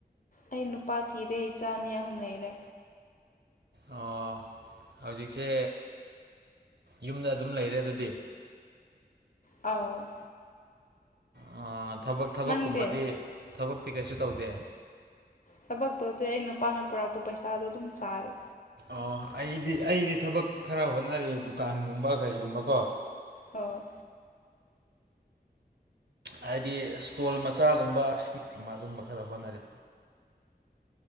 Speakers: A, on the left (about 50°); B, on the right (about 75°).
A: ꯑꯩ ꯅꯨꯄꯥ ꯊꯤꯔꯦ ꯏꯆꯥ ꯑꯅꯤ ꯑꯍꯨꯝ ꯂꯩꯔꯦ
B: ꯑꯣ ꯍꯧꯖꯤꯛꯁꯦ ꯌꯨꯝꯗ ꯑꯗꯨꯝ ꯂꯩꯔꯦ ꯑꯗꯨꯗꯤ
A: ꯑꯥꯎ
B: ꯑꯥ ꯊꯕꯛ ꯊꯕꯛꯀꯨꯝꯕꯗꯤ
A: ꯅꯪꯗꯤ
B: ꯊꯕꯛꯇꯤ ꯀꯩꯁꯨ ꯇꯧꯗꯦ
A: ꯊꯕꯛ ꯇꯧꯗꯦ ꯑꯩ ꯅꯨꯄꯥꯅ ꯄꯨꯔꯛꯄ ꯄꯩꯁꯥꯗꯣ ꯑꯗꯨꯝ ꯆꯥꯔꯦ
B: ꯑꯣ ꯑꯩꯗꯤ ꯑꯩꯗꯤ ꯊꯕꯛ ꯈꯔ ꯍꯣꯠꯅꯔꯤ ꯗꯨꯀꯥꯟꯒꯨꯝꯕ ꯀꯔꯤꯒꯨꯝꯕ ꯀꯣ
A: ꯑꫭ
B: ꯍꯥꯏꯗꯤ ꯏꯁꯇꯣꯜ ꯃꯆꯥꯒꯨꯝꯕ ꯁꯤꯅꯒꯨꯝꯕ ꯑꯗꯨꯝꯕ ꯈꯔ ꯍꯣꯠꯅꯔꯤ